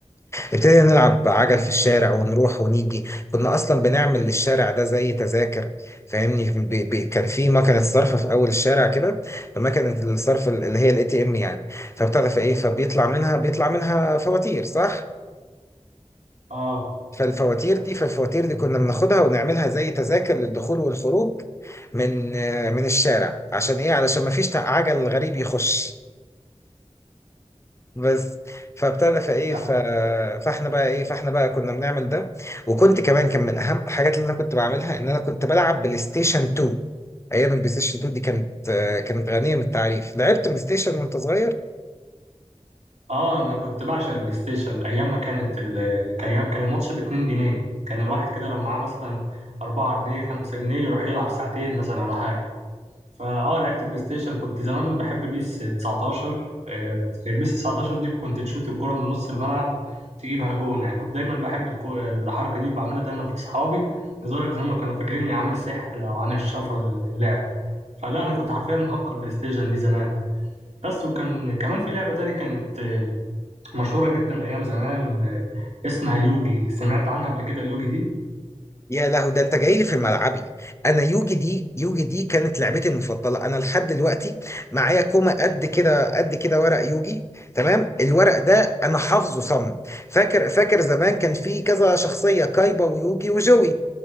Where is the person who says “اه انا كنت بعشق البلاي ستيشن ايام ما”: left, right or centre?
Right